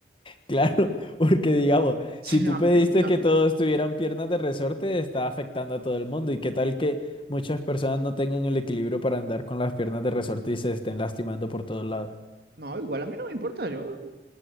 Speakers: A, on the left; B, on the right.
A: Claro, porque digamos, si
B: Sí,
A: tú
B: a
A: pediste
B: mí, sí, a
A: que
B: mí.
A: todos tuvieran piernas de resorte, está afectando a todo el mundo. ¿Y qué tal que muchas personas no tengan el equilibrio para andar con las piernas de resorte y se estén lastimando por todos lados?
B: No, igual a mí no me importa, yo.